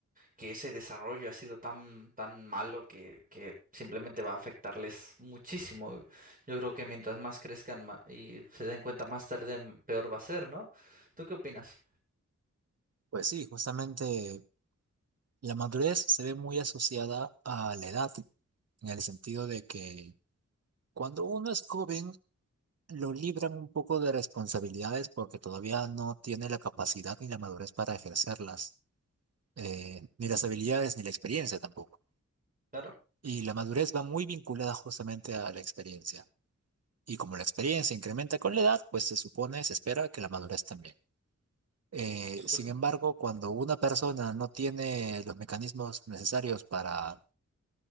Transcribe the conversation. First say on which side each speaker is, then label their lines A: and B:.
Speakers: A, on the right; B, on the right.
A: que ese desarrollo ha sido tan, tan malo que, que simplemente va a afectarles muchísimo. Yo creo que mientras más crezcan ma- y se den cuenta más tarde, m- peor va a ser, ¿no? ¿Tú qué opinas?
B: Pues sí, justamente la madurez se ve muy asociada a la edad, en el sentido de que Cuando uno es joven, lo libran un poco de responsabilidades porque todavía no tiene la capacidad ni la madurez para ejercerlas, eh, ni las habilidades ni la experiencia tampoco.
A: Claro,
B: Y la madurez va muy vinculada justamente a la experiencia. Y como la experiencia incrementa con la edad, pues se supone, se espera que la madurez también. Eh,
A: por supuesto.
B: sin embargo, cuando una persona no tiene los mecanismos necesarios para